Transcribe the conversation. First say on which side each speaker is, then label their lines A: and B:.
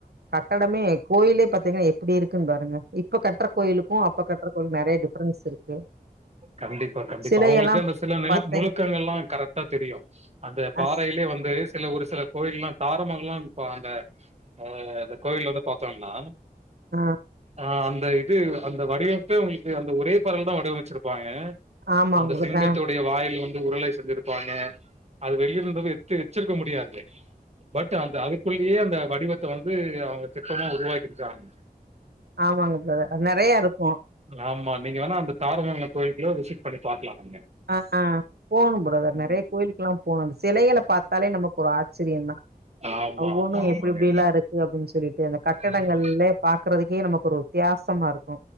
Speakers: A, on the right; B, on the right.
A: கட்டடமே கோயிலே பாத்தீங்கன்னா எப் இப்டி இருக்குன்னு பாருங்க இப்ப கட்ற கோயிலுக்கு அப்ப கட்ற கோயில் நெறைய டிஃப்ரென்ஸ் இருக்கு
B: கண்டிப்பா கண்டிப்பா
A: சிலைகள்லா
B: அவுங்களுக்கு அந்த சில நிணுக்
A: பாத்தீங்
B: நுணுக்கங்கள்லா கரட்டா தெரியு அந்த பாறையில
A: ஆ
B: வந்து சில ஒரு சில கோயில்லா தாரமங்ளோ இப்ப அந்த அ இந்த கோயில் வந்து பாத்தோனா
A: அ
B: ஆ அந்த இது அந்த வடிவமைப்பே உங்களுக்கு அந்த ஒரே பரல் தா வடிவமைச்சிருப்பாங்க
A: ஆமாங்க
B: அந்த
A: ப்ரதர்
B: சிங்கத்து
A: ஆ
B: வாயில் வந்து உருளை செஞ்சிருப்பாங்க அது வெளிய இருந்த எத்து வச்சிருக்க முடியாது பட் அந்த அதுக்குள்ளேயே அந்த வடிவத்த வந்து அவுங்க திட்டமா உருவாக்கிருக்காங்க
A: ஆமாங்க பிரதர் நெறைய இருக்கு
B: ஆமா நீங்க வேணா அந்த தாரமங்கலோ கோயிலுகுள்ளியோ விசிட் பண்ணி பாக்கலா நீங்க
A: ஆஹ் போணு பிரதர்
B: ம்.
A: நெறைய கோயிலுக்லா போணு செலைகள பாத்தாலே நமக்கு ஒரு ஆச்சரியோதா
B: ஆமா,
A: ஒவ்வொன்னு
B: ஆமா, ஆமாங்க.
A: எப்டி எப்டியெல்லா இருக்கு அப்டின்னு சொல்லிட்டு அந்த கட்டடங்கள்லே
B: ம்.
A: பாக்குறதுக்கே நமக்கு ஒரு வித்தியாசமா இருக்கு